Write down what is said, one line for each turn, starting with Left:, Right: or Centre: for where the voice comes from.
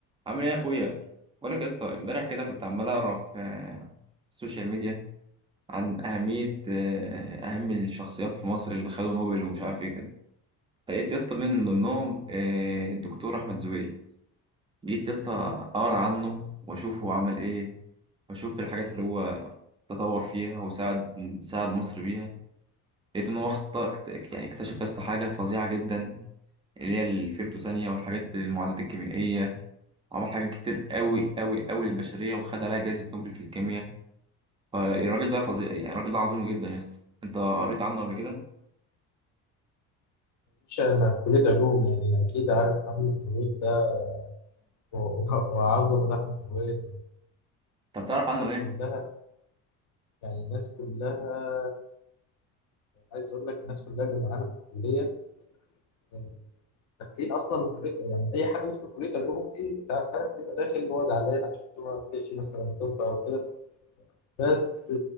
Right: عامل ايه يا اخويا بقولك يا اسطى امبارح كده كنت عمال اقرا في آه، السوشيال ميديا عن اهميه آه، اهم الشخصيات في مصر اللي خدوا نوبل ومش عارف ايه كده فلقيت يا اسطى من ضمنهم آه، الدكتور احمد زويل جيت يا اسطى اقرا عنه واشوف هو عمل ايه واشوف الحاجات اللي هو تطور فيها وساعد ساعد مصر بيها لقيت ان هو اخطا يعني اكتشف يا اسطى حاجه فظيعه جدا اللي هي الفيمتو ثانيه والحاجات المعادلات الكيميائيه عمل حاجات كتير قوي قوي قوي للبشرية وخد عليها جائزة نوبل في الكيمياء فالراجل ده فظيع يعني الراجل ده عظيم جدا يا اسطى انت قريت عنه قبل كده
Left: مش أنا في كلية علوم يعني أكيد عارف أحمد زويل ده و- <laughs> و- وعظمة أحمد زويل
Right: طب تعرف عنه
Left: الناس
Right: ايه
Left: كلها يعني الناس كلها عايز أقول لك الناس كلها اللي معانا في الكلية يعني داخلين أصلا من كلية يعني أي حد بيدخل كلية علوم دي أنت عارف بيبقى داخل اللي هو زعلان عشان هو ما بيحبش مثلا طب أو كده بس